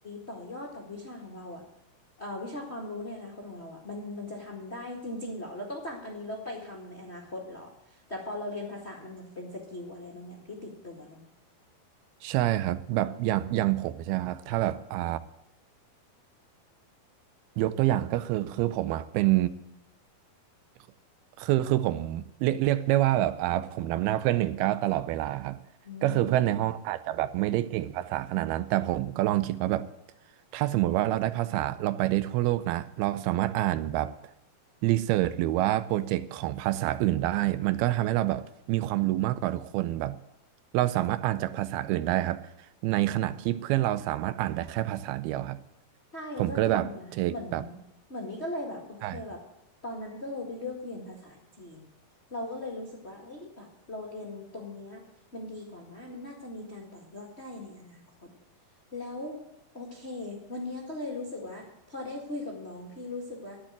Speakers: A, on the left; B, on the right.
A: ต่อยอดกับวิชาของเราอ่ะเอ่อวิชาความรู้ในอนาคตของเราอ่ะมันมันจะทำได้จริงๆเหรอเราต้องจำอันนี้แล้วไปทำในอนาคตเหรอแต่พอเราเรียนภาษามันเหมือนเป็นสกิลอะไรบางอย่างที่ติดตัวเนอะ
B: ใช่ครับแบบอย่างอย่างผมใช่ไหมครับถ้าแบบอ่ายกตัวอย่างก็คือคือผมอ่ะเป็น คือคือผมเรียกเรียกได้ว่าแบบอ่าผมนำหน้าเพื่อนหนึ่งเก้าตลอดเวลาครับก็คือเพื่อนในห้องอาจจะแบบไม่ได้เก่งภาษาขนาดนั้นแต่ผมก็ลองคิดว่าแบบ
A: อืม
B: ถ้าสมมุติว่าเราได้ภาษาเราไปได้ทั่วโลกนะเราสามารถอ่านแบบรีเสิร์ชหรือว่าโปรเจกต์ของภาษาอื่นได้มันก็ทำให้เราแบบมีความรู้มากกว่าทุกคนแบบเราสามารถอ่านจากภาษาอื่นได้ครับในขณะที่เพื่อนเราสามารถอ่านได้แค่ภาษาเดียวครับ
A: ใช่ก็จริงนะเหมือน
B: ผมก็เลยแบบเทคแบบ
A: เหมือนนี่ก็เลยแบบโอเคแบบตอนนั้นก็เลยไปเลือกเรียนภาษาจีน
B: ใช่ครับ
A: เราก็เลยรู้สึกว่าเอ้ยแบบเราเรียนตรงเนี้ยมันดีกว่านะมันน่าจะมีการต่อยอดได้ในอนาคตแล้วโอเควันเนี้ยก็เลยรู้สึกว่าพอได้คุยกับน้องพี่รู้สึกว่า